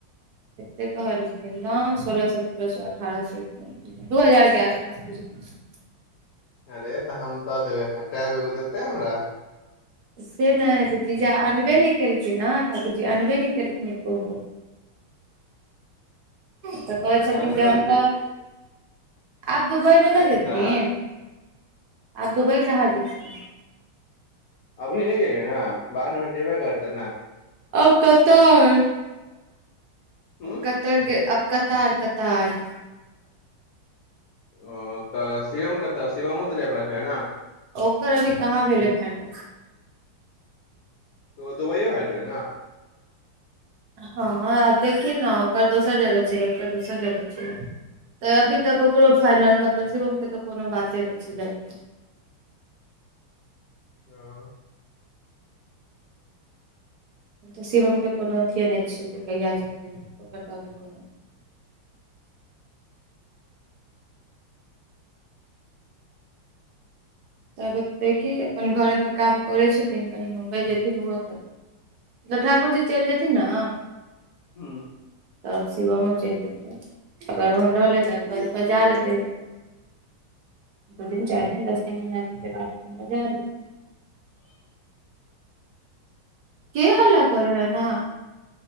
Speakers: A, on the right; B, on the left.
A: एतेक कहलखिन दाम सोलह सत्ररह सौ अठारह सौ रूपया। दू हजार के आसपास बुझियो।
B: अरे तऽ हम दऽ देबै टैब एगो देतै हमरा?
A: से नै से जीजा अनबे नै केलखिन न तऽ ठाकुरजी अनबे नै केलखिन एको गो। तऽ कहै छलखिन
B: वहाँ तऽ
A: कि जे
B: कहि
A: हम
B: दे
A: त आब दुबई
B: एतऽ
A: नहि ने जेथिन, आब दुबई कहाँ जेथिन।
B: अभी नहि गेलै हें बादमे जेबे करतै ने।
A: आब कत ऐ
B: हूँ
A: कतर के अब कतार कतार
B: ओ तऽ शिवम कतऽ शिवमो तऽ जायवला छलै ने?
A: ओकर अभी कहाँ भेलै फाइनल।
B: तऽ दुबइयए भेए गेल छलै ने?
A: हँ आब देखही ने ओकर दोसर जगह छलै ओकर दोसर जगह छलै। तऽ अभी तक ओकरो फाइनल मतलब शिवम के तऽ कोनो बाते नहि छै जायके।
B: ह
A: तऽ शिवम के कोनो अथिये नहि छै जे कहिया जेतै ने क ओकर त अभी कोनो नहि ताबत देखही अपन घरेपर काम करै छथिन कहीं मुम्बइ जेथिन ओहो तऽ। तऽ ठाकुर जी चलि जेथिन न।
B: हू।
A: तब शिवमो चलि जेतै। अगर ओहन रहलै तऽ बस बजा लेतै दू दिन चारि दिन दस तीन महीना में अपन फेर बजाय लेत। के हल्ला कर है ऐना?